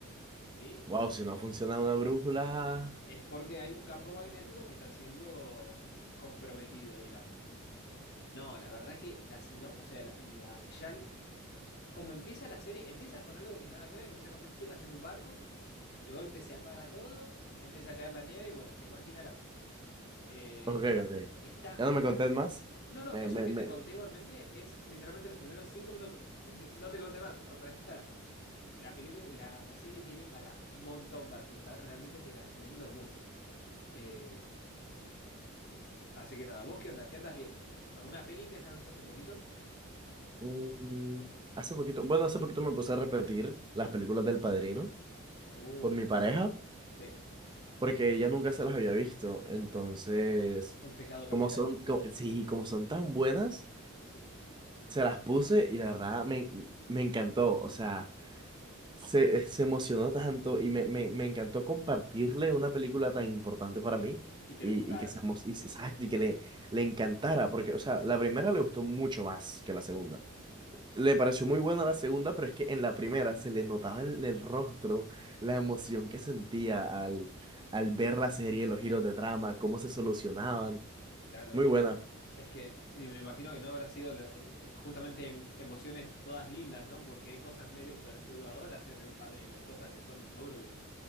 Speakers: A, on the left; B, on the right.
A: ¿Sí?
B: Wow, si no funciona una brújula.
A: Es porque hay un campo magnético que está siendo comprometido, digamos. No, la verdad que la sino, o sea, la, la- ya l- como empieza la serie, empieza con algo que nada que ver, empieza con tres chicas en un barco, de golpe se apaga todo, empieza a caer la nieve y bueno, te imaginarás. Eh,
B: Ok, ok.
A: está
B: Ya no
A: muy...
B: me contés más.
A: No, no,
B: Me,
A: eso
B: me,
A: que
B: me...
A: te conté igualmente es literalmente los primeros cinco minutos. <laughs> No te conté más. O sea, <laughs> la película, la, la serie tiene para un montón para explotar, realmente te la recomiendo mucho. Eh, así que nada, ¿vos qué onda? ¿Qué andas viendo? ¿Alguna peli que hayas visto hace poquito?
B: mm, hace poquito, bueno, hace poquito me puse a repetir las películas del Padrino
A: Oh,
B: con mi pareja,
A: bueno, sí,
B: porque ella nunca se las había visto. Entonces,
A: un pecado capital,
B: como son, co- sí, como son tan buenas,
A: sí.
B: se las puse y la verdad me, me encantó. O sea. se, eh, se emocionó tanto y me, me, me encantó compartirle una película tan importante para mí
A: Y que
B: y,
A: le gustara,
B: y que se emo- y, se- exacto, y que le, le encantara, porque, o sea, la primera le gustó mucho más que la segunda.
A: sí,
B: Le pareció muy buena la segunda, pero es que en la primera se le notaba en el rostro la emoción que sentía al, al ver la serie, los giros de trama, cómo se solucionaban.
A: claro.
B: Muy
A: eh,
B: buena.
A: es que, y me imagino que no habrá sido la- eh, eh, justamente em- emociones todas lindas, ¿no? Porque hay cosas medio perturbadoras en El Padrino, hay cosas que son turbias.